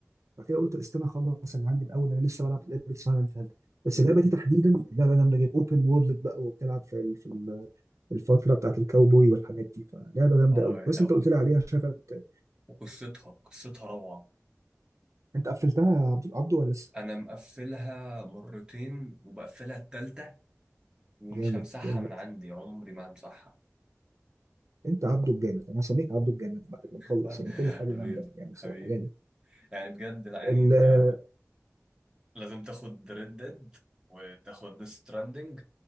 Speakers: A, on the right; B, on the right.
A: بعد كده قلت استنى اخلص اللي عندي الاول انا لسه بلعب لعبه اسمها لانفال بس
B: مم.
A: اللعبه دي تحديدا لعبه جامده جدا اوبن وورلد بقى وبتلعب في ال- في ال- الفتره بتاعت الكاوبوي والحاجات دي فلعبه جامده
B: اه
A: قوي بس
B: لا
A: انت
B: و-
A: قلت لي عليها شايف أنا كنت
B: وقصتها قصتها روعة
A: انت قفلتها يا عبدو عبدو ولا لسه؟
B: انا مقفلها مرتين وبقفلها التالتة ومش
A: جامد
B: همسحها
A: جامد
B: من عندي عمري ما همسحها
A: انت عبدو الجامد انا هسميك عبدو الجامد بعد كده مخلص
B: <laughs>
A: يعني كل حاجه
B: حبيبي
A: جامده يعني بصراحه
B: حبيبي
A: جامد
B: يعني بجد لا يعني
A: حبيبي
B: انت لازم تاخد ريد ديد وتاخد ديث ستراندنج